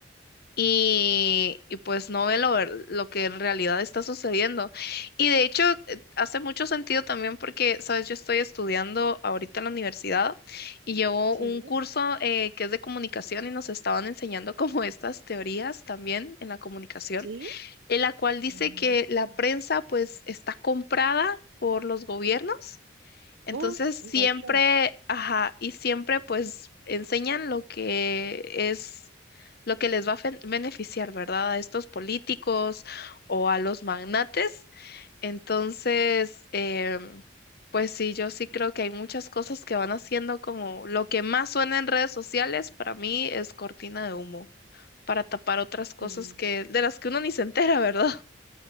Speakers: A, on the left; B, on the right.
A: y, y pues no ve lo, lo que en realidad está sucediendo. Y de hecho, eh, hace mucho sentido también porque, sabes, yo estoy estudiando ahorita en la universidad y llevo
B: sí,
A: un curso eh, que es de comunicación y nos estaban enseñando <laughs> como estas teorías también en la comunicación,
B: sí,
A: en la cual dice
B: Mm.
A: que la prensa pues está comprada por los gobiernos entonces
B: Uy,
A: siempre,
B: mucho.
A: ajá, y siempre pues enseñan lo que es, lo que les va a fen- beneficiar, ¿verdad? A estos políticos o a los magnates. Entonces, em, pues sí, yo sí creo que hay muchas cosas que van haciendo como lo que más suena en redes sociales para mí es cortina de humo, para tapar otras cosas
B: sí,
A: que, de las que uno ni se entera, ¿verdad?